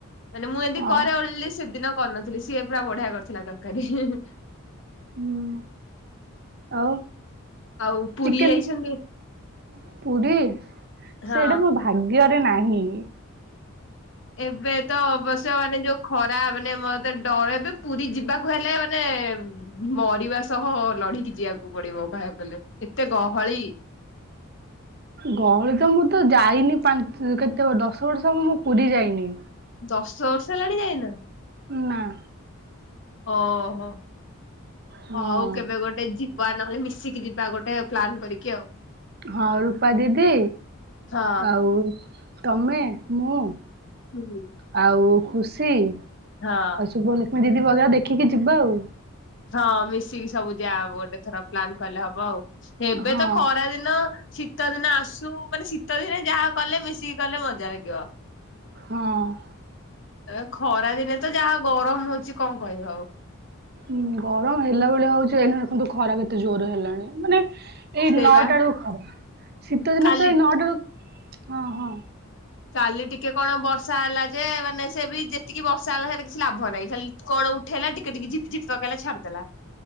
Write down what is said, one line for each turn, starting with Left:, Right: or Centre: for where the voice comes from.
Left: ମାନେ ମୁଁ ଏମିତି
Right: ହଁ।
Left: କରେ ବୋଲି ସେଦିନ କରିନଥିଲି ସିଏ ପୁରା ବଢିଆ କରିଥିଲା ତର୍କାରୀ
Right: ହୁଁ ଆଉ
Left: ଆଉ ପୁରୀ
Right: ଚିକେନ
Left: ଯାଇଛନ୍ତି?
Right: ପୁରୀ
Left: ହଁ
Right: ସେଇଟା ମୋ ଭା ଭାଗ୍ୟରେ ନାହିଁ।
Left: ଏବେ ତ ଅବଶ୍ୟ ମାନେ ଯୋଉ ଖରା ମାନେ ମତେ ଡଏ ବି ପୁରୀ ଯିବାକୁ ହେଲେ ମାନେ ମରିବା ସହ ଲଢିକି ଯିବାକୁ ପଡିବ କହିବାକୁ ଗଲେ। ଏତେ ଗହଳି।
Right: ଗହଳି ତ ମୁଁ ତ ଯାଇନି ପା କେତେ ଦଶ ବର୍ଷ ହବ ମୁଁ ପୁରୀ ଯାଇନି।
Left: ଦଶ ବର୍ଷ ହେଲାଣି ଯାଇନ।
Right: ନାଁ
Left: ଓ ହୋ
Right: ହଁ
Left: ହୋଉ କେବେ ଗୋଟେ ଗୋଟେ ଯିବା ନହେଲେ ମିଶିକି ଯିବା ଗୋଟେ ପ୍ଲାନ୍ କରିକି ଆଉ।
Right: ହଁ ରୂପା ଦିଦି
Left: ହଁ
Right: ଆଉ ତମେ ମୁ
Left: ହୁଁ <unintelligible>
Right: ଆଉ ଖୁସି
Left: ହଁ
Right: ଆଉ ଶୁଭଲକ୍ଷ୍ମୀ ଦିଦି ବଗା ଦେଖିକି ଯିବା ଆଉ
Left: ହଁ ମିଶିକି ସବୁ ଯାଓ ଗୋଟେ ଥର ପ୍ଲାନ୍ କଲେ ହବ ଆଉ ଏବେ
Right: ହଁ
Left: ତ ଖରା ଦିନ ଶୀତ ଦିନ ଆସୁ ମାନେ ଶୀତ ଦିନେ ଯାହା କଲେ ମିଶିକି କଲେ ମଜା ଲାଗିବ।
Right: ହଁ।
Left: ଏ ଖରା ଦିନେ ତ ଯାହା ଗରମ ହଉଛି କଣ କହିବ ଆଉ ‌।
Right: ହୁଁ ଗରମ ହେଲା ଭଳିଆ ହଉଛି ଏଇନ ଦେଖନ୍ତୁ ଖରା ବି ଏତେ ଜୋର ହେଲାଣି ମାନେ ଏଇ
Left: ସେଇବା
Right: ନଅଟା ବେଳକୁ ଖରା ଶୀତ ଦିନ
Left: କାଲି
Right: ତ ଏଇ ନଅଟା ବେଳକୁ ହଁ ହଁ।
Left: କାଲି ଟିକେ କଣ ବର୍ଷା ହେଲା ଯେ ମାନେ ସେ ବି ଯେତିକି ବର୍ଷା ହେଲା ସେଟା କିଛି ଲାଭ ନାହିଁ ଖାଲି କଣ ଉଠେଇଲା ଟିକେ ଟିକେ ଝିପି ଝିପି ପକେଇଲା ଛାଡିଦେଲା।